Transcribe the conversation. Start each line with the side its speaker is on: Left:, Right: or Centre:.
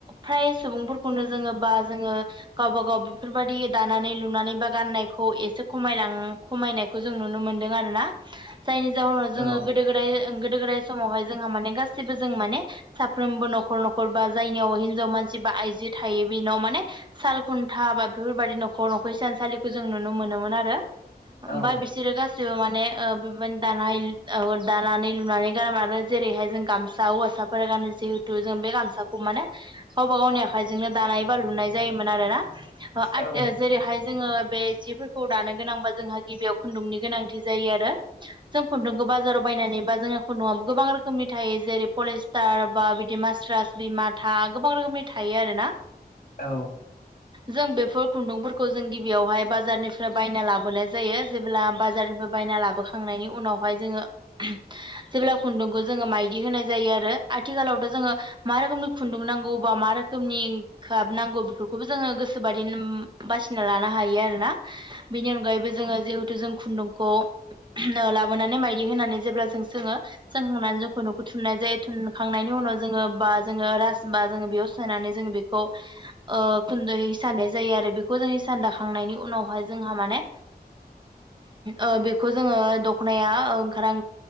Right: फ्राय सुबुंफोरखौनो जोङो बा जोङो गावबा गाव बेफोरबायदि दानानै लुनानै बा गाननाय, खौ एसे खमायलां खमायनायखौ जों नुनो मोनदों आरोना, जायनि जाहोनाव जोङो
Left: औ
Right: गोदो गोदाय, गोदो-गोदाय समावहाय जोंहा माने गासिबो जों माने साफ्रोमबो न'खर न'खर बा जायनियाव हिजाव मानसि बा आइजो थायो बे न'आव माने साल खुन्था बा बेफोरबदि न'खर न'खर इसानसालि जों नुनो मोनोमोन आरो ओमफ्राय
Left: औ
Right: बिसोरो गासिबो माने ओ बेबादि दानाय ओ दानानै लुनानै गानोमोन आरो जे रैहाय जों गामसा, हौवासाफोरा गानो जिहेथु जों बे गामसाखौ माने गावबागावनि आखाइजोंनो दानाय एबा लुनाय जायोमोन आरोना। ओ आथ
Left: औ
Right: जेरैहाय जोङो बे जिफोरखौ दानो गोनांबा जोंहा गिबियाव खुन्दुंनि गोनांथि जायो आरो ।जों खुन्दुंखौ बाजाराव बाय नानै बा जोंङो खुनदुं आबो गोबां रोखोमनि थायो जेरै पलिस्टार बा बिदि मास्रास बि माथा गोबां रोखोमनि थायो आरो ना।
Left: औ
Right: जों बेफोर खुन्दुंफोरखौ जों गिबियावहाय बाजारनिफ्राय बायना लाबोनाय जायो जेब्ला बाजारनिफ्राय बायना लाबोखांनायनि उनावहाय जोङो जेब्ला खुन्दुंखौ जोङो माइदि होनाय जायो आरो आथिखालावथ' जोङो मा रोखोमनि खुन्दुं नां गौबा मा रोखोमनि गाब नांगौ बेफोरखौबो जोङो गोसोबादिनो‌ बासिना लानो हायो आरो ना ।बिनि अनगायैबो जोङो जिहेथु जों खुन्दुंखौ लाबोनानै मायदि होनानै जेब्ला जों सोङो सोंहोनानै जोंखौ न'खौ थुननाय जायो थुनखांनायनि उ नाव बा जोंङो रास बा जोङो बेयाव सोननानै जों बेखौ ओ खुनदै सानाय जा यो आरो बेखौ जोंनि इसान दाखांनायनि उनावहाय जोंहा माने ओ बेखौ जोङो दख'नाया ओंखार